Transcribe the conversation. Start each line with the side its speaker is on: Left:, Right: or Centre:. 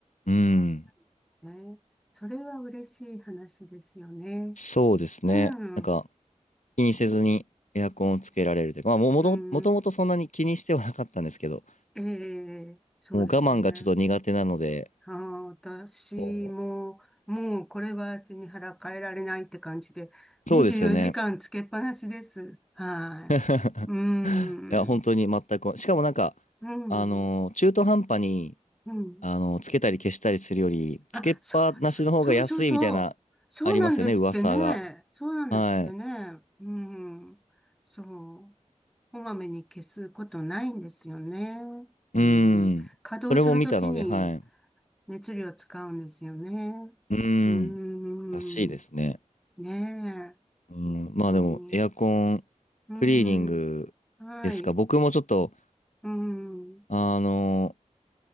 Left: うん、
Centre: そうね。それは嬉しい話ですよね。
Left: そうですね。
Centre: うん、
Left: なんか
Centre: うん、
Left: 気にせずにエアコンをつけられるというか、まあもうもと、
Centre: うん、
Left: もともとそんなに気にしてはなかったんですけど、
Centre: うんええ、そうですね。
Left: もう我慢がちょっと苦手なので、
Centre: ああ、私も、
Left: も
Centre: もうこれは背に腹変えられないって感じで、
Left: うそうですよね。
Centre: 24時間つけっぱなしです。はい。
Left: <laughs> いや、
Centre: うん、
Left: 本当に全く、しかもなんか、
Centre: うん、
Left: あのー中途半端に、
Centre: うん。
Left: あの、つけたり消したりするより、
Centre: あ、
Left: つけっぱなしの方が安いみたいな、
Centre: そ、そ、そうそうそう。そうなんですってね。
Left: ありますよね、噂が。
Centre: そうなんですってね。
Left: はい。
Centre: うん、そう。こまめに消すことないんですよね。うん、
Left: うん。
Centre: 稼働するときに
Left: それも見たので、はい。
Centre: 熱量使うんですよね。
Left: うん。
Centre: うん、
Left: らしいですね。
Centre: ね
Left: うん。
Centre: え、本当に。
Left: まあでも、エアコン、
Centre: うん、
Left: クリーニングですか。
Centre: はい、
Left: 僕もちょっと、
Centre: うん、
Left: あの、